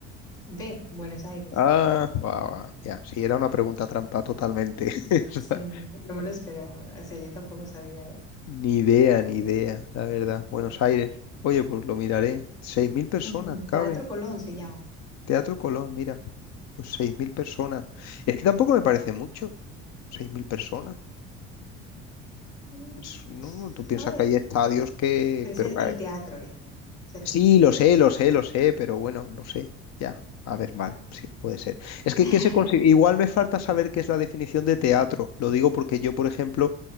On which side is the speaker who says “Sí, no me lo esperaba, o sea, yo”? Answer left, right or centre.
Left